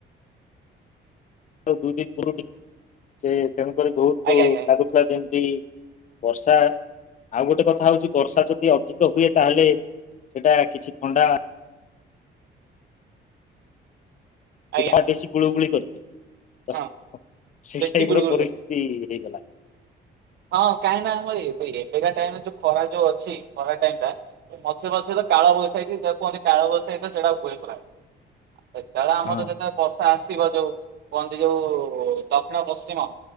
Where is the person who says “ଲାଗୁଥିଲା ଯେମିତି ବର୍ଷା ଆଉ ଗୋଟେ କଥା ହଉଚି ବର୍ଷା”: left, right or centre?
Left